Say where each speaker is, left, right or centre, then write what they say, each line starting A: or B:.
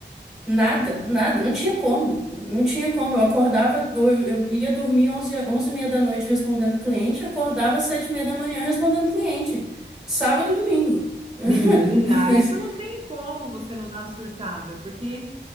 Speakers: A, in the centre; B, on the right (about 30°).
A: Nada, nada, não tinha como, não tinha como. Eu acordava, eu, eu ia dormir onze onze e meia da noite respondendo cliente, acordava às 7 e meia da manhã respondendo cliente. Sábado e domingo. <laughs>
B: Menina, isso não tem como você não dar uma surtada, porque